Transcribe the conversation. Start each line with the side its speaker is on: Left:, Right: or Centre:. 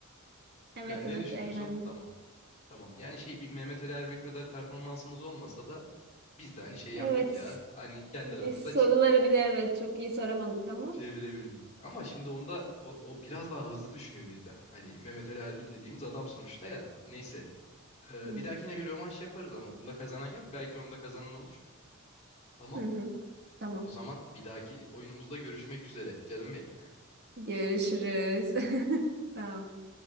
Right: Evet
Left: Yani ne
Right: evet
Left: düşünüyorsun?
Right: eğlendim.
Left: Tamam. Tamam. Yani şey bir Mehmet Ali Erbil kadar performansımız olmasa da biz de hani şey
Right: Evet.
Left: yaptık ya. Hani kendi
Right: Biz
Left: aramızda
Right: soruları
Left: ç-
Right: bile evet çok iyi soramadık ama.
Left: çevirebildik. Ama şimdi onda o, o biraz daha hızlı düşünüyor bizden. Hani Mehmet Ali Erbil dediğimiz adam sonuçta ya. Neyse. Ee,
Right: Evet.
Left: bir dahakine bir rövanş yaparız ama bunda kazanan yok. Belki onda kazanan olur. Tamam.
Right: Hı hı. Tamam.
Left: O zaman bir dahaki oyunumuzda görüşmek üzere. Canım benim.
Right: Görüşürüz. <laughs> Sağ ol.